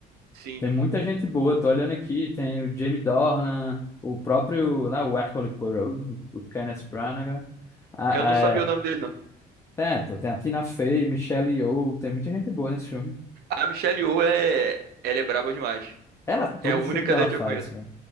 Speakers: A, on the right; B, on the left.
A: Sim.
B: Tem muita gente boa, tô olhando aqui, tem o Jamie Dornan, o próprio, né, o Hercule Poirot, o Kenneth Branagh. Ah,
A: Eu não
B: é,
A: sabia o nome dele, não.
B: é, pô, tem a Tina Fey, Michelle Yeoh, tem muita gente boa nesse filme.
A: A Michelle Yeoh é, ela é braba demais.
B: Ela, todo
A: É a única
B: filme que ela
A: daí que
B: faz,
A: eu conheço.
B: cara.